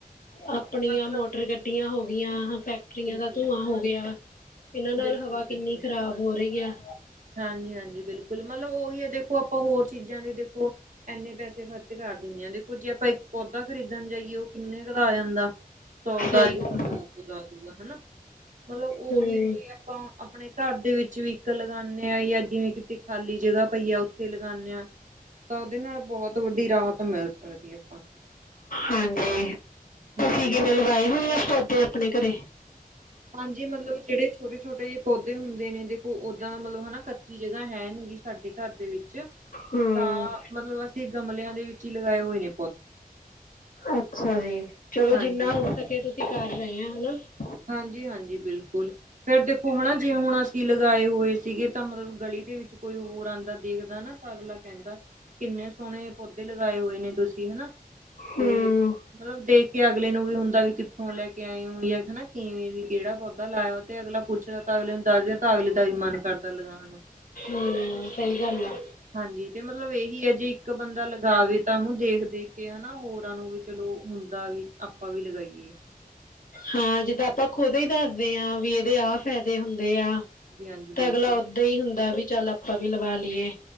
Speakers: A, on the left (about 65°); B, on the right (about 55°).
A: ਆਪਣੀਆਂ
B: ਮਤਲਬ
A: ਮੋਟਰ ਗੱਡੀਆਂ ਹੋ ਆਂ ਫੈਕਟਰੀਆਂ
B: ਬਿਲਕੁਲ
A: ਦਾ ਧੂੰਆਂ ਹੋ ਗਿਆ, ਇਹਨਾਂ
B: ਬਿਲਕੁਲ
A: ਨਾਲ ਹਵਾ
B: ਬਿਲਕੁਲ
A: ਕਿੰਨੀ ਖ਼ਰਾਬ ਹੋ ਰਹੀ ਆ।
B: ਹਾਂਜੀ ਹਾਂਜੀ ਬਿਲਕੁਲ ਮਤਲਬ ਉਹੀ ਐ, ਦੇਖੋ ਆਪਾਂ ਹੋਰ ਚੀਜ਼ਾਂ ਦੇ ਦੇਖੋ ਇੰਨੇ ਪੈਸੇ ਖਰਚ ਕਰ ਦਿੰਦੇ ਐ, ਦੇਖੋ ਜੇ ਆਪਾਂ ਪੌਦਾ ਖਰੀਦਣ ਜਾਈਏ, ਉਹ ਕਿੰਨੇ ਕੁ ਦਾ ਆ ਜਾਂਦਾ। ਸੌ ਦਾ
A: ਸਹੀ
B: ਆਜੂਗਾ
A: ਗੱਲ
B: ਦੋ ਸੌ ਦਾ ਆਜੂਗਾ ਹਨਾ, ਮਤਲਬ ਉਹੀ
A: ਹਮ
B: ਜੇ ਆਪਾਂ ਆਪਣੇ ਘਰ ਦੇ ਵਿੱਚ ਵੀ ਇੱਕ ਲਗਾਉ ਨੇ ਆਈ ਆ, ਜਿਵੇਂ ਕਿਤੇ ਖਾਲੀ ਜਗ੍ਹਾ ਪਈ ਆ, ਉੱਥੇ ਲਗਾਨਾ ਆ। ਉਹਦੇ ਨਾਲ ਬਹੁਤ ਵੱਡੀ ਰਾਹਤ ਮਿਲ ਸਕਦੀ ਆ, ਆਪਾਂ ਨੂੰ।
A: ਹਾਂਜੀ। ਤੁਸੀਂ
B: ਹਾਂਜੀ।
A: ਕਿਵੇਂ ਲਗਏ ਹੋਈ ਆ ਪੌਦੇ? ਆਪਣੇ ਘਰੇ।
B: ਹਾਂਜੀ ਮਤਲਬ, ਜਿਹੜੇ ਛੋਟੇ ਛੋਟੇ ਜਿਹੇ ਪੌਦੇ ਹੁੰਦੇ ਨੇ, ਦੇਖੋ ਓਦਾਂ ਤਾਂ ਮਤਲਬ ਹਨਾ ਕੱਚੀ ਜਗ੍ਹਾ ਹੈ ਨੀ, ਸਾਡੇ ਘਰ ਦੇ ਵਿੱਚ।
A: ਹਮ
B: ਤਾਂ ਮਤਲਬ, ਅਸੀਂ ਗਮਲਿਆਂ ਦੇ ਵਿੱਚ ਹੀ ਲਗਾਏ ਹੋਏ ਨੇ‌
A: ਅੱਛਾ ਜੀ, ਚਲੋ
B: ਹਾਂਜੀ-ਹਾਂਜੀ।
A: ਜਿੰਨਾ ਹੋ ਸਕੇ ਤੁਸੀਂ ਕਰ ਰਹੇ ਹੋ। <unintelligible>
B: ਹਾਂਜੀ-ਹਾਂਜੀ ਬਿਲਕੁਲ ਫੇਰ ਦੇਖੋ ਓਹਣਾ ਜੀ ਹੁਣ ਅਸੀ ਲਗਾਏ ਹੋ ਹੋਏ ਸੀਗੇ ਤਾ ਮਤਲਬ ਗਲੀ ਦੇ ਵਿੱਚ ਕੋਈ ਹੋਰ ਆਉਂਦਾ ਦੇਖਦਾ ਨਾ ਤਾ ਅਗਲਾ ਕਹਿੰਦਾ ਕਿੰਨੇ ਸੋਹਣੇ ਪੌਧੇ ਲਗਾਏ ਹੋਏ ਨੇ ਤੁਸੀ ਹਨਾ ਤੇ
A: ਹੂੰ।
B: ਮਤਲਬ ਦੇਖ ਕੇ ਅਗਲੇ ਨੂੰ ਵੀ ਹੁੰਦਾ ਵੀ ਥੋਂ ਲਏ ਕੇ ਆਏਂ ਹੋ ਯਾ ਹਨਾ ਨੀਂ ਵਈ ਕਿਹੜਾ ਪੌਦਾ ਲਾਇਆ ਹੋਇਆ ਤੇ ਅਗਲਾ ਪੁੱਛਦਾ ਤਾ ਅਗਲੇ ਨੂੰ ਦੱਸਦੇਓ ਤਾ ਅਗਲੇ ਦਾ ਵੀ ਮਨ ਕਰਦਾ ਲਗਾਉਣ ਨੂੰ।
A: ਹੰ ਸਹੀ ਗੱਲ ਐ।
B: ਹਾਂਜੀ ਤੇ ਮਤਲਬ ਇਹੀ ਹੈ ਜੇ ਇੱਕ ਬੰਦਾ ਲਗਾਵੇ ਤਾਂ ਉਹਨੂੰ ਦੇਖ-ਦੇਖ ਕੇ ਹਨਾ ਹੋਰਾਂ ਨੂੰ ਵੀ ਚਲੋ ਹੁੰਦਾ ਵੀ ਆਪਾਂ ਵੀ ਲਗਾਈਏ।
A: ਹਾਂ ਜਿੱਦਾਂ ਆਪਾਂ ਖੁਦ ਹੀ ਦੱਸਦੇ ਹਾਂ ਵੀ ਇਹਦੇ ਆਹ ਫਾਇਦੇ ਹੁੰਦਿਆਂ।
B: ਹਾਂਜੀ-ਹਾਂਜੀ ਬਿਲਕੁਲ
A: ਤਾਂ ਅਗਲਾ ਓਹਦਾਂ ਹੀ ਹੁੰਦਾ ਵੀ ਚਲ ਅੱਪਾਂ ਵੀ ਲਵਾ ਲਈ ਏ।